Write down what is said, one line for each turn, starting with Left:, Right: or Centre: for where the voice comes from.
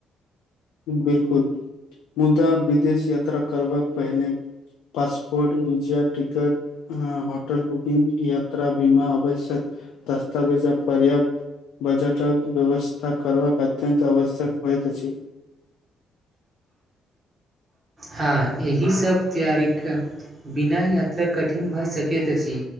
Left: बिल्कूल, मुदा विदेश यात्रा करब पहिने पासपोर्ट विजा टिकट ह, होटल बुकिंग यात्रा बीमा आवश्यक दस्तावेज पर्याप्त। बजट कऽ व्यवस्था करबाक अत्यत आवश्यक होइत अछि।
Right: हँ, एहि सभ तैयारीके बिनी यात्रा कठिन भऽ सकैत अछि।